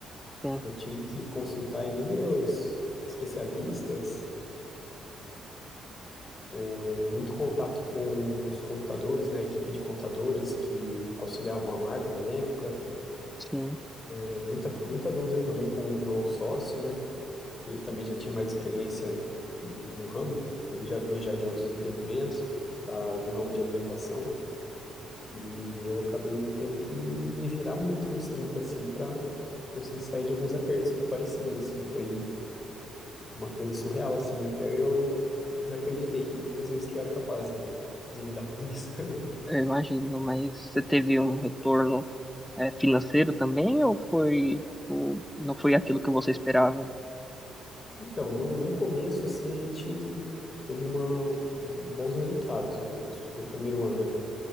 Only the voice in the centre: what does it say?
Sim,
sim.
Eu imagino, mas você teve um retorno é, financeiro também ou foi, tipo, não foi aquilo que você esperava,